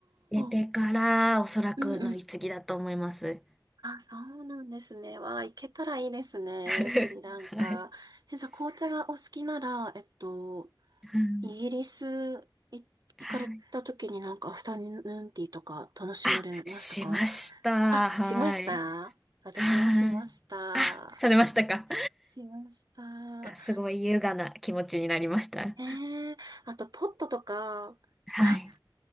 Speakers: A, in the centre; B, on the right (about 55°).
A: 出てからおそらく乗り継ぎだと思います。
B: あ、うんうん。あ、そうなんですね。わあ、行けたらいいですね。
A: <laughs>
B: スリランカ。
A: はい。
B: え、じゃあ紅茶がお好きなら、えっと、
A: はい。
B: イギリスい行かれた時になんかアフタヌーンティーとか楽しまれましたか
A: はい。あ、しました。
B: あ、
A: はい。
B: しました。私もしました。
A: はい。あ、されましたか。
B: しました。
A: がすごい優雅な気持ちになりました。
B: ええあとポットとか、
A: はい。
B: か、